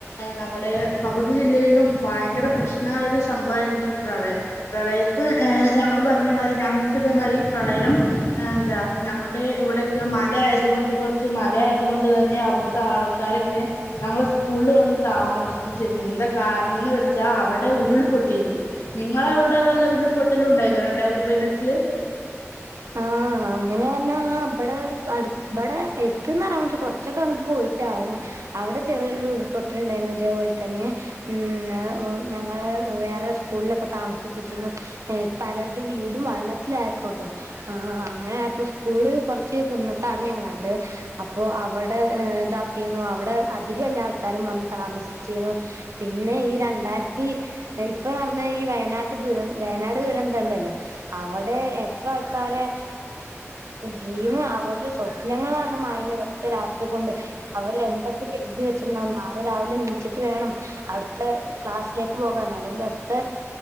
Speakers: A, on the left; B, on the right.
A: നമ്മുടെ പകുതി ജില്ലയിലും ഭയങ്കര പ്രശ്ന ഒരു സംഭവമായിരുന്നു ഈ പ്രളയം പ്രളയത്ത് ഞങ്ങൾ പറഞ്ഞ മാതി ഞങ്ങൾക്ക് ഇതേതിരി പ്രളയം എന്താ ഞങ്ങളുടെ ഇവിടെൊക്കെ മല ആയതുക കൊണ്ട് കുറച്ച് മല ആയത കൊണ്ട് തന്നെ അവിടുത്തെ ആൾക്കാരെ ഞങ്ങൾ സ്കൂളിൽ വന്ന് താമസിപ്പിച്ചിരരുന്നു എന്താ കാരണംന്ന് വെച്ചാൽ അവിടെ ഉരുൾപൊട്ടിയിരുന്നു നിങ്ങള അവിടെ വല്ല ഉരുൾപൊട്ടല ഉണ്ടായിരുന്നു രണ്ടായിരത്തി പതിനെട്ടില്
B: ആഹ അങ്ങനെ പറഞ്ഞാ ഇവിടെ അ ഇടെ <unintelligible> കൊറച്ചൊക്കെ അങ്ങോട്ട് പോയിട്ടാണ് അവിടെ ചെറിയൊരുൾപൊട്ടലുണ്ടായിരുന്നു ഇതേപോലെ തന്നെ <unintelligible> ഞങ്ങളൾ വേറെ സ്കൂളിലൊക്കെ താമസിപ്പിച്ചിരുന്നു പലരുടെ വീടും വള്ളത്തില ട്ട അങ്ങനെപ്പോ സ്കൂള് കുറച്ച് കുന്നത്താണ് ഞങ്ങളുടെ അപ്പോ അവിടെ ഇതാക്കിന്നു അവിടെ അധികം എല്ലാ ആൾക്കാരും വന്ന് താമസിച്ചിുന്നു പിന്നെ ഈ രണ്ടായിരത്തി ഇപ്പൊ നടന്ന ഈ വയനാട്ട ദുര വയനാട് ദുരന്ത <unintelligible> <unintelligible> അവിടെ എത്ര ആൾക്കാരാടെ ഡ്രീം <unintelligible> സ്വപ്നങ്ങളാണ് മായഞ്ഞത് ഒറ്റ രാത്രി കൊണ്ട് അവർ എന്തൊക്കെ കരുതി വെച്ചിണ്ടാവുന്ന രാവിലെ നീച്ചിട്ട് വേണം അടുത്ത ക്ലാസ്സിലേക്ക് പോകാൻ അല്ലെങ്കിൽ അടുത്ത